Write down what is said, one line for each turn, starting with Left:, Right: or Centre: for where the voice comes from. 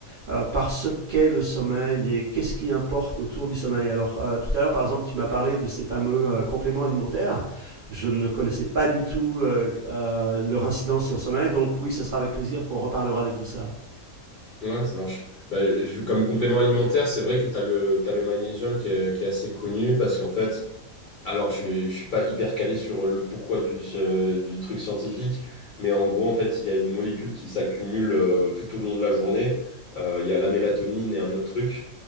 Right: euh, par ce qu'est le sommeil et qu'est-ce qui importe autour du sommeil. Alors euh, tout à l'heure, par exemple, tu m'as parlé de ces fameux euh, compléments alimentaires. Je ne connaissais pas du tout euh, euh, leur incidence sur le sommeil, donc oui, ce sera avec plaisir qu'on reparlera de tout ça.
Left: Ouais, ça marche. Bah, je- comme complément alimentaire, c'est vrai que tu as le, t'as le magnésium qui est, qui est assez connu parce qu'en fait, alors je ne suis je suis pas hyper calé sur le pourquoi du, euh, du truc scientifique, mais en gros, en fait, il y a une molécule qui s'accumule euh, tout au long de la journée. Euh, Il y a la mélatonine et un autre truc.